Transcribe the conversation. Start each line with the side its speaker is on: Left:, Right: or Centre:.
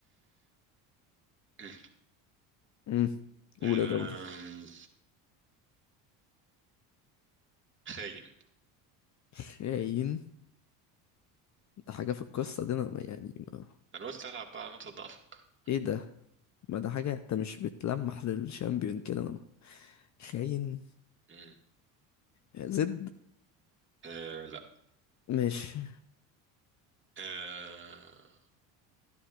Right: مم.
Left: امم
Right: آم،
Left: قول يا دولي
Right: خاين
Left: شاين ده حاجة في القصة دي انا ما يعني ما
Right: انا قلت العب بقى على نقطة ضعفك
Left: ايه ده ما ده حاجة انت مش بتلمح للشامبيون كده انا خاين
Right: مم.
Left: زد
Right: آه لا
Left: ماشي
Right: آه